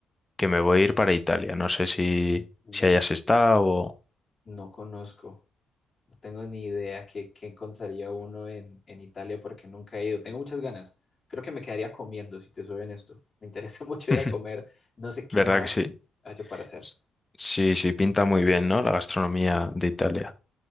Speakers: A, on the left; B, on the left.
A: que me voy a ir para Italia, no sé si,
B: Mm.
A: si hayas estado o...
B: No conozco, no tengo ni idea qué, qué encontraría uno en, en Italia porque nunca he ido. Tengo muchas ganas. Creo que me quedaría comiendo, si te soy esto. Me interesa <laughs> mucho ir
A: <laughs>
B: a comer. No sé qué
A: ¿Verdad
B: más
A: que sí?
B: haya para hacer.
A: S- Sí, sí, pinta muy bien, ¿no? La gastronomía de Italia.